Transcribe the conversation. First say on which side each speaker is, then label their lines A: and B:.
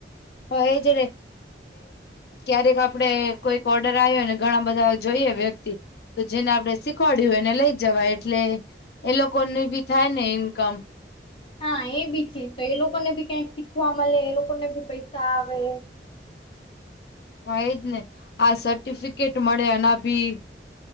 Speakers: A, on the left; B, on the left.
A: હ એ જ એમ ક્યારેક આપડે કોઈક ઓર્ડર આવ્યો ને ઘણા બધા જોઈએ વ્યક્તિ. તો જેને આપડણે શીખવાડય્યું હોય એને લઈ જવાય એટલે એ લોકોની બી થાય ને ઇન્કમ.
B: હા એ બી છેી તો એ લોકો ને ભી કંક શીખવા મળે એ લોકોને ભી પૈસા આવે.
A: હ એ જ ને આ સર્ટિફિકેટ મળે અને પી.